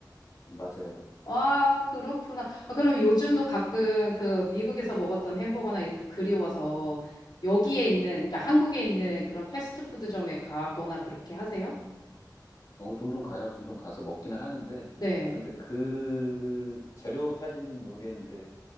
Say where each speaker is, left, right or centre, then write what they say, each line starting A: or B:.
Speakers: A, on the left; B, on the left.
A: 맞아요.
B: 와, 그렇구나. 아, 그럼 요즘도 가끔 그 미국에서 먹었던 햄버거나 이런 거 그리워서 여기에 있는, 그러니까 한국에 있는 그런 패스트푸드점에 가거나 그렇게 하세요?
A: 어, 종종 가요. 종종 가서 먹기는 하는데
B: 네.
A: 근데 그 재료 탓인지는 모르겠는데